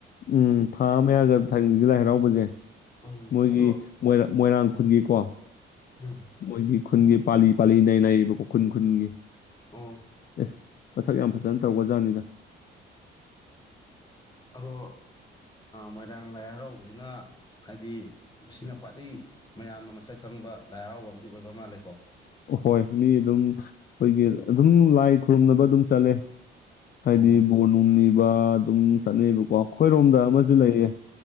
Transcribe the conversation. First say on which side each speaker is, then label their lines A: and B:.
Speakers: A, on the left (about 50°); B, on the left (about 20°).
A: ꯎꯝ ꯊꯥ ꯑꯃ ꯌꯥꯒ ꯊꯒꯤ ꯂꯥꯏ ꯍꯔꯥꯎꯕꯁꯦ
B: ꯎꯝ
A: ꯃꯣꯏꯒꯤ
B: ꯑꯗꯣ
A: ꯃꯣꯏ ꯃꯣꯏꯔꯥꯡ ꯈꯨꯟꯒꯤꯀꯣ
B: ꯎꯝ
A: ꯃꯣꯏꯒꯤ ꯈꯨꯟꯒꯤ ꯄꯥꯂꯤ ꯄꯥꯂꯤꯅ ꯂꯩꯔꯤꯕ ꯈꯨꯈ ꯈꯨꯨꯟ ꯈꯨꯟꯒꯤ
B: ꯑ
A: ꯑꯦ ꯃꯁꯛ ꯌꯥꯝ ꯐꯖꯅ ꯇꯧꯒ ꯖꯥꯠꯅꯤꯗ
B: ꯑꯗꯣ ꯃꯣꯏꯔꯥꯡ ꯂꯥꯏ ꯍꯔꯥꯎꯕꯁꯤꯅ ꯍꯥꯏꯗꯤ ꯁꯤꯅ ꯈ꯭ꯋꯥꯏꯗꯗꯒꯤ ꯃꯌꯥꯝꯅ ꯃꯁꯛ ꯈꯪꯕ ꯂꯥꯏ ꯍꯔꯥꯎꯕ ꯑꯃꯗꯤꯝ ꯑꯣꯏꯕ ꯃꯥꯜꯂꯦꯀꯣ
A: ꯍꯣꯏ ꯃꯤ ꯑꯗꯨꯝ ꯑꯩꯈꯣꯏꯒꯤ ꯑꯗꯨꯝ ꯂꯥꯏ ꯈꯨꯔꯨꯝꯅꯕ ꯑꯗꯨꯝ ꯆꯠꯂꯦ ꯍꯥꯏꯗꯤ
B: ꯑꯣ
A: ꯕꯣꯔꯅꯨꯡꯅꯤꯕ ꯑꯥ ꯑꯗꯨꯝ ꯆꯠꯅꯩꯑꯕꯀꯣ ꯑꯩꯈꯣꯏꯔꯣꯝꯗ ꯑꯃꯁꯨ ꯂꯩꯌꯦ